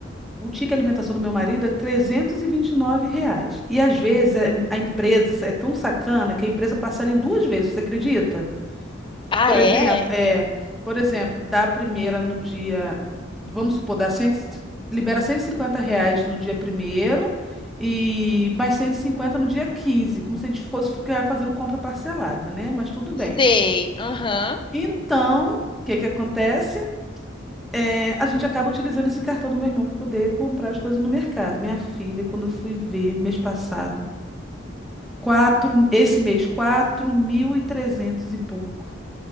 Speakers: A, in the centre; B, on the left.
A: O ticket alimentação do meu marido é trezentos e e vinte e nove reais. E às vezes é- a empresa é tão sacana que a empresa parcela em duas vezes, você acredita?
B: Ah,
A: Por
B: é?
A: exemplo, é, por exemplo, dá a primeira no dia, vamos supor, dá 100, libera 150 reais no dia primeiro e mais 150 no dia 15, como se a gente fosse ficar fazendo compra parcelada, né? Mas tudo bem.
B: Sei, aham.
A: Então, o que que acontece? é, a gente acaba utilizando esse cartão do meu irmão para poder comprar as coisas no mercado. Minha filha, quando eu fui ver mês passado, quatro, esse mês, 4.300 e trezentos e pouco.